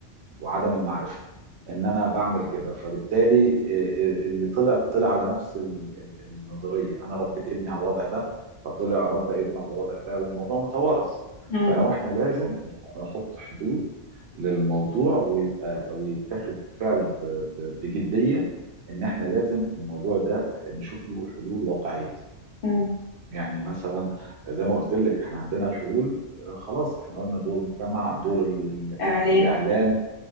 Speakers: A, on the right; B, on the left.
A: وعدم المعرفه ان انا بعمل كده فبالتالي آه، آه، اللي طلع طلع على نفس ال- ال- النظريه انا ربيت ابني على الوضع ده فطلع ربى ابنه على الوضع ده والموضوع متوارث
B: أمم.
A: فاحنا لازم نحط حدود للموضوع ويبقى ويتاخد فعلا ب- ب- بجديه ان احنا لازم الموضوع ده نشوف له حلول واقعيه
B: أمم.
A: يعني مثلا زي ما قلت لك احنا عندنا الحلول آه، خلاص احنا قلنا دور مجتمع دور ال-
B: اعلام
A: الاعلام